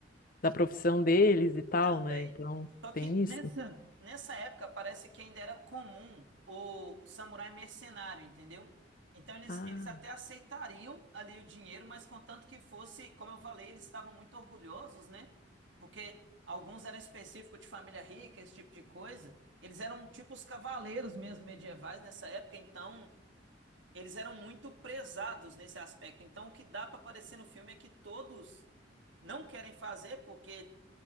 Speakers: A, on the left; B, on the right.
A: da profissão deles e tal,
B: Também.
A: né? Então,
B: Só
A: tem
B: que
A: isso.
B: nessa, nessa época parece que ainda era comum o samurai mercenário, entendeu? Então eles,
A: Ah.
B: eles até aceitariam ali o dinheiro, mas contanto que fosse, como eu falei, eles estavam muito orgulhosos, né? Porque alguns eram específicos de família rica, esse tipo de coisa. Eles eram tipo os cavaleiros mesmo medievais nessa época, então eles eram muito prezados nesse aspecto. Então o que dá para aparecer no filme é que todos não querem fazer porque